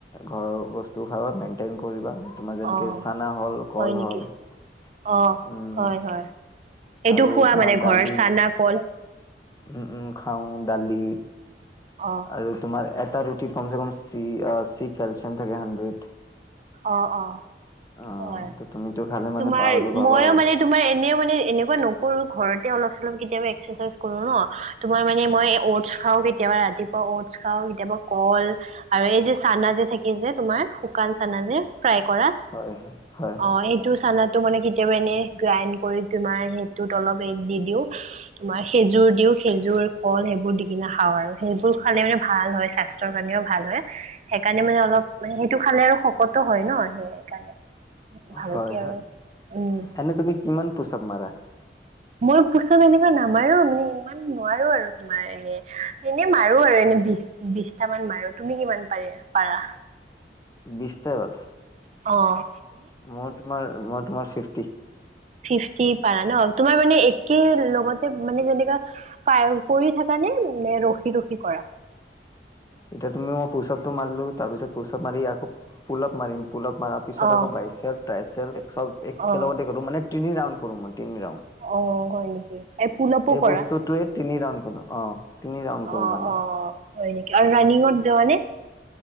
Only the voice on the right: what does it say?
অ
হয়
নেকি
অ হয় হয় এইটো
খোৱা
মানে ঘৰৰ
চানা কল
অহ।
অ অ
হয়
তোমাৰ
মইও
মানে তোমাৰ এনেও মানে এনেকুৱা নকৰোঁ ঘৰতে অলপ- চলপ কেতিয়াবা এক্সাৰচাইজ কৰো ন'। তোমাৰ মানে মই অ'টছ খাওঁ। কেতিয়াবা ৰাতিপুৱা অ'টছ খাওঁ, কেতিয়াবা কল আৰু এই যে চানা যে থাকে যে তোমাৰ শুকান- চানা যে ফ্ৰাই কৰা।
অঁ, সেইটো চানাত টো মানে কেতিয়াবা এনে গ্ৰাইণ্ড কৰি তোমাৰ সেইটোত অলপ ৰেড দি দিওঁ। তোমাৰ খেজুৰ দিওঁ, খেজুৰ, কল সেইবোৰ দি কিনে খাওঁ আৰু। সেইবোৰ খালে মানে ভাল হয় স্বাস্ স্থ্য কাৰেও ভাল হয়। সেইকাৰণে মানে অলপ মানে সেইটো খালে আৰু শক্ শকতো হয় ন ' সেইকাৰণে। ভালকে
আৰু উম
মই পুচত এনেকুৱা নামাৰো মানে ইমান নোৱাৰোঁ আৰু তোমাৰ হে -এনে মাৰো আৰু এনে বিশ বিশটামান মাৰো। তুমি কিমান পাৰি পাৰা?
অঁ।
ফিফটি পাৰা ন, তোমাৰ মানে একে লগতে মানে যেনেকুৱা কৰি থাকা নে মানে ৰখি ৰখি কৰা?
অ
অ
অ হয় নেকি? পুলআপো
কৰা
অ
অ হয় নেকি? আৰু ৰানিংত যোৱানে?